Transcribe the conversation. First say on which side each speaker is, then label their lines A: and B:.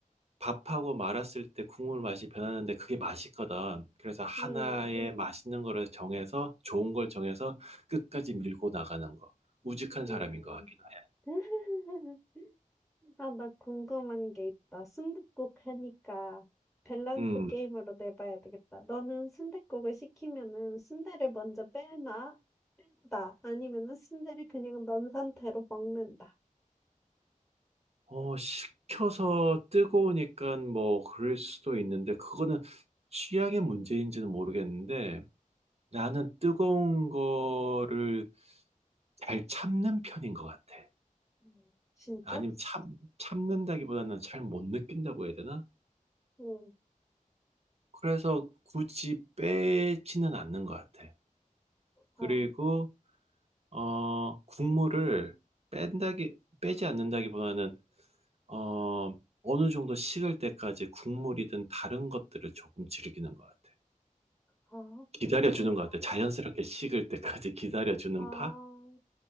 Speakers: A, on the right; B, in the centre.
A: 밥하고 말았을 때 국물 맛이 변하는데 그게 맛있거든. 그래서 하나의
B: 음.
A: 맛있는 거를 정해서 좋은 걸 정해서 끝까지 밀고 나가는 거. 우직한 사람인
B: 음.
A: 것 같긴 해.
B: <laughs> 아 나 궁금한 게 있다. 순댓국 하니까 밸런스
A: 음.
B: 게임으로 내봐야 되겠다. 너는 순댓국을 시키면은 순대를 먼저 빼나? 다 아니면은 순대를 그냥 넣은 상태로 먹는다.
A: 어, 식혀서 뜨거우니까 뭐 그럴 수도 있는데 그거는 취향의 문제인지는 모르겠는데 나는 뜨거운 거를 잘 참는 편인 것 같아.
B: 음. 진짜?
A: 아니면 참, 참는다기보다는 잘 못 느낀다고 해야 되나?
B: 응.
A: 그래서 굳이 빼지는 않는 것 같아. 그리고,
B: 아,
A: 어, 국물을 뺀다기, 빼지 않는다기보다는, 어, 어느 정도 식을 때까지 국물이든 다른 것들을 조금 즐기는 것 같아.
B: 아, 그렇구나.
A: 기다려주는 것 같아. 자연스럽게 식을 때까지 <laughs> 기다려주는
B: 아,
A: 파?